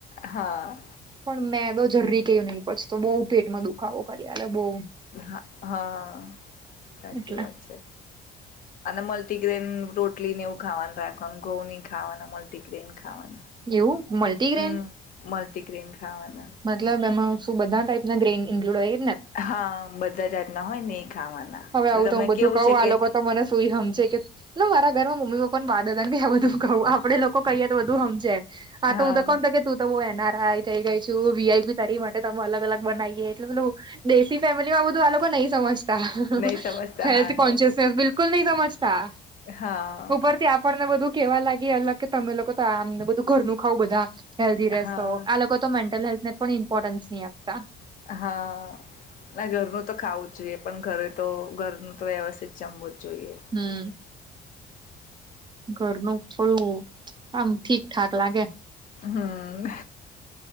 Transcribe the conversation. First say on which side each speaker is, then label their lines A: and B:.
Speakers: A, on the left (about 50°); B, on the right (about 25°).
A: હા.
B: પણ મેદો જરૂરી કયું નહીં પછી તો બહુ પેટમાં દુખાવો કરી બહુ.
A: હા હા સાચી
B: એટલે
A: વાત છે. અને મલ્ટીગ્રેન રોટલીને એવું ખાવાનું રાખવાનું, ઘઉ ની ખાવાના, મલ્ટીગ્રેન ખાવાના,
B: એવ મલ્ટીગ્રે્રેન.
A: હમ મલ્ટીગ્રેન ખાવાના.
B: મતલબ એમાં શું બધા ટાઈપ ના ગ્રેન ઇન્ક્લુડ હોય ને.
A: હા બધા જાતના હોય નહીં ખાવાના,
B: હવે આવું
A: તમે
B: તો હું બધું
A: કેવું
B: કહું
A: છે
B: આ
A: કે
B: લોકો તો મને શું હમજે કે ના મારા ઘરમાં મમ્મી પપ્પા ને બાદ હતા કે બધું કવું આપડે લોકો કહીએ તો બધું <unintelligible> <inaudible>
A: હા
B: તું તો હું એનઆર આઈ થઈ ગઈ છું, વીઆઈ બી તારી માટે તમે અલગ અલગ બનાવીએ એટલે <unintelligible> દેશી ફેમિલીમાં બધું આ લોકો નહી સમજતા.
A: નહી સમજતા
B: હેલ્થ
A: હા
B: કોન્શસનેસ
A: સાચું
B: બિલકુલ નહી સમજતા
A: હા
B: ઉપરથી આપ. આપણને બધું કેવા લાગી અલગ કે તમે લોકો તો આમને બધું ઘરનું ખાવ બધા. હેલ્ધી રહેશો
A: હા
B: આ લોકો તો મેન્ટલ હેલ્થને પણ ઇમ્પોર્ટન્સ નહી આપતા.
A: <unintelligible> ના ઘરનું તો ખાવું જ જોઈએ. પણ ઘરે તો, ઘરનું તો વ્યવસ્થિત જમવું જ જોઈએ.
B: હમ. ઘરનું થોડું, આમ ઠીકઠાક લાગે.
A: હમ.